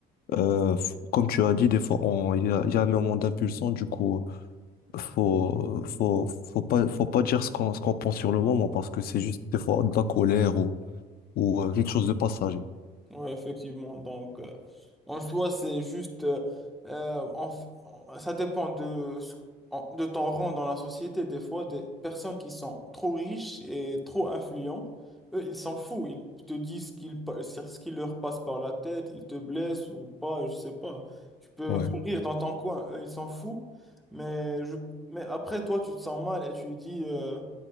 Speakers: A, on the left; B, in the centre.
A: Euh, f- comme tu as dit, des fois, on- il y a, il y a un moment d'impulsion, du coup, faut, faut, faut pas, faut pas dire ce qu'on, ce qu'on pense sur le moment parce que c'est juste des fois de la colère ou, ou euh, quelque chose de passager.
B: Oui, effectivement. Donc, euh, en soi, c'est juste, euh, euh, en f- en- ça dépend de, ce- en- de ton rang dans la société. Des fois, des personnes qui sont trop riches et trop influents, eux, ils s'en foutent. Ils te disent ce qu'ils pa- ce qui leur passe par la tête, ils te blessent ou pas, je sais pas. Tu peux
A: Ouais,
B: <laughs> mourir dans ton coin, eux, ils s'en foutent. Mais, je, mais après, toi, tu te sens mal et tu dis... euh,